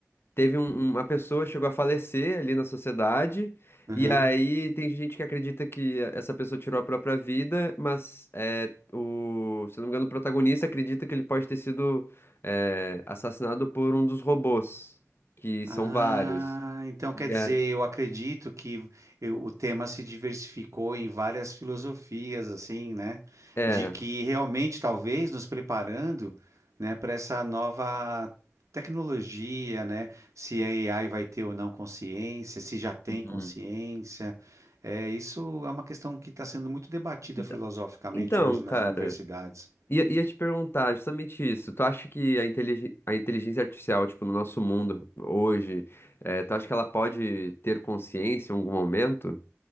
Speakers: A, on the left (about 50°); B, on the right (about 80°).
A: teve um- um, uma pessoa chegou a falecer ali na sociedade,
B: Aham.
A: e aí tem gente que acredita que essa pessoa tirou a própria vida, mas é, o, se eu não me engano, o protagonista acredita que ele pode ter sido é, assassinado por um dos robôs, que
B: Ah,
A: são vários.
B: então
A: E
B: quer dizer,
A: é,
B: eu acredito que eu- o tema se diversificou em várias filosofias, assim, né?
A: é.
B: De que realmente, talvez, nos preparando, né, para essa nova tecnologia, né? Se a AI vai ter ou não consciência, se já tem
A: Uhum.
B: consciência. É, isso é uma questão que está sendo muito debatida
A: Enta-
B: filosoficamente
A: Então,
B: hoje
A: cara,
B: nas universidades.
A: ia, ia te perguntar justamente isso. Tu acha que a, inteligen- a inteligência artificial, tipo, no nosso mundo hoje, é, tu acha que ela pode ter consciência em algum momento?